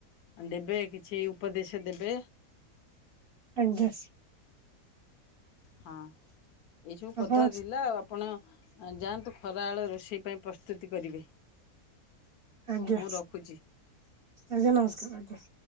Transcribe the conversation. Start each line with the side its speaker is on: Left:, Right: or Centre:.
Left: ଦେବେ କିଛି ଉପଦେଶ ଦେବେ।
Right: ଆଜ୍ଞା।
Left: ହଁ ଏଇସବୁ କଥା
Right: ଆପଣ
Left: ଥିଲା ଆଉ ଆପଣ ଯାଆନ୍ତୁ ଖରାବେେଳେ ରୋଷେଇ ପାଇଁ। ପ୍ରସ୍ତୁତି କରିବେ
Right: ଆଜ୍ଞା
Left: ମୁଁ ରଖୁଛି।
Right: ଆଜ୍ଞା ନମସ୍କାର ଆଜ୍ଞା।